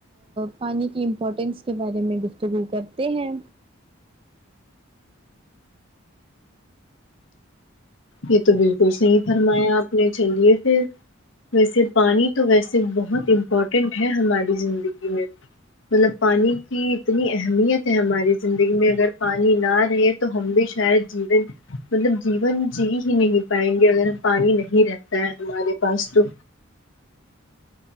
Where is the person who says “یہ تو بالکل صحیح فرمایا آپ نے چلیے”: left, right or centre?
Left